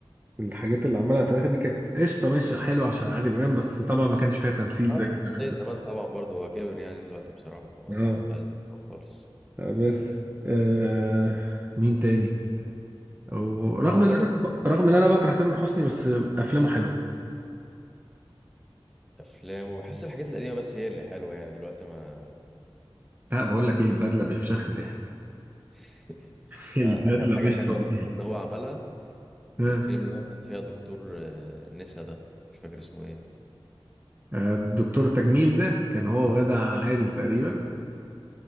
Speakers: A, on the right (about 20°); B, in the centre.
A: الحاجات اللي عملها في الاخر دي كانت قشطه ماشي حلوه عشان عادل امام بس طبعا ما كانش فيها تمثيل
B: آه،
A: زي
B: من
A: زمان
B: زي
A: بس
B: زمان طبعا برضو هو كبر يعني دلوقتي بصراحة ما
A: اه
B: بقاش خالص
A: بس آه مين تاني او رغم
B: واعتقد
A: ان انا ب- رغم ان انا بكره تامر حسني بس افلامه حلوه
B: افلام وبحس الحاجات القديمة بس هي اللي حلوة يعني دلوقتي ما
A: لا بقول لك ايه البدله بيفشخني ضحك
B: <laughs>
A: <laughs> البدله
B: يعني اخر حاجة
A: مش
B: حلوة
A: طبيعي
B: ان هو عملها
A: ها،
B: الفيلم اللي هو كان فيها دكتور آه، نسا ده مش فاكر اسمه ايه
A: آه، الدكتور تجميل ده كان هو وغادة عادل تقريبا